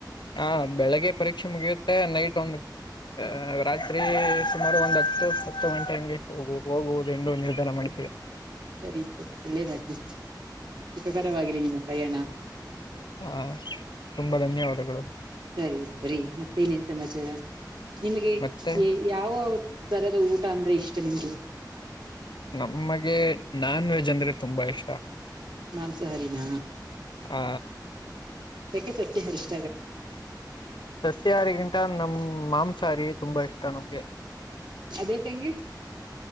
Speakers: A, on the left; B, on the right.
A: ಹ ಬೆಳಿಗ್ಗೆ ಪರೀಕ್ಷೆ ಮುಗಿಯುತ್ತೆ ನೈಟ್ ಒಂದು ಅ ರಾತ್ರಿ ಸುಮಾರು ಒಂದ್ ಹತ್ತು ಹತ್ತು ಗಂಟೆ ಹಂಗೆ ಹೋಗು ಹೋಗುವುದು ಎಂದು ನಿರ್ಧಾರ ಮಾಡಿದ್ದಿದೆ.
B: ಸರಿ ಸರಿ ಒಳ್ಳೇದಾಗ್ಲಿ ಸುಖಕರವಾಗಿರಿ ನಿಮ್ಮ ಪ್ರಯಾಣ.
A: ಹಾ ತುಂಬಾ ಧನ್ಯವಾದಗಳು.
B: ಸರಿ ಸರಿ ಮತ್ತೇನೇನ್ ಸಮಾಚಾರ ನಿಮಗೆ
A: ಮತ್ತೆ
B: ಯ ಯಾವ ತರದ ಊಟ ಅಂದ್ರೆ ಇಷ್ಟ ನಿಮಗೆ,
A: ನಮ್ಮಗೆ ನಾನ್ ವೆಜ್ ಅಂದ್ರೆ ತುಂಬಾ ಇಷ್ಟ.
B: ಮಾಂಸಹಾರಿನ
A: ಆ
B: ಯಾಕೆ ಸಸ್ಯ ಹಾರಿ ಇ
A: ಸಸ್ಯಾರಿಗಿಂಟ ನಮ್ ಮಾಂಸಾಹಾರಿ ತುಂಬಾ ಇಷ್ಟ ನಮ್ಗೆ.
B: ಅದೇಕಂಗೆ.